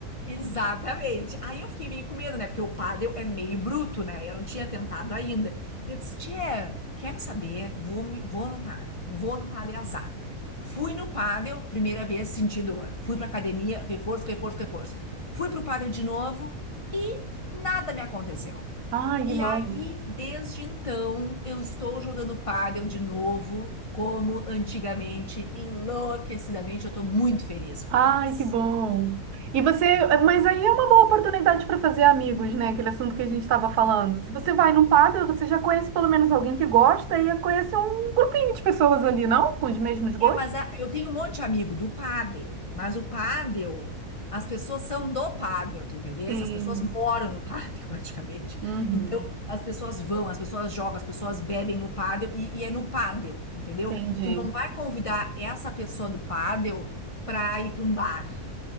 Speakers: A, on the left; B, on the right.
A: Exatamente. Aí eu fiquei meio com medo, né? Porque o pádel é meio bruto, né? Eu não tinha tentado ainda. Eu disse, tia, quer saber? Vou, me- vou no pádel. Vou no pádel azar. Fui no pádel, primeira vez senti dor. Fui pra academia, reforço, reforço, reforço. Fui pro pádel de novo e nada me aconteceu.
B: Ai,
A: E
B: que bom.
A: aí, desde então, eu estou jogando pádel de novo, como antigamente, enlouquecidamente. Eu estou muito feliz com
B: Ai,
A: isso.
B: que bom. E você, mas aí é uma boa oportunidade para fazer amigos, né? Aquele assunto que a gente estava falando. Se você vai num paddle, você já conhece pelo menos alguém que gosta e conhece um grupinho de pessoas ali, não? Com os mesmos gostos.
A: É, mas a- eu tenho um monte de amigo do pádel, mas o pádel, as pessoas são do pádel, tu entendesse?
B: Sim.
A: As pessoas moram no pádel <laughs> praticamente.
B: Uhum.
A: Então, as pessoas vão, as pessoas jogam, as pessoas bebem no pádel e, e é no pádel, entendeu?
B: Entendi.
A: Tu não vai convidar essa pessoa do pádel pra ir pra um bar.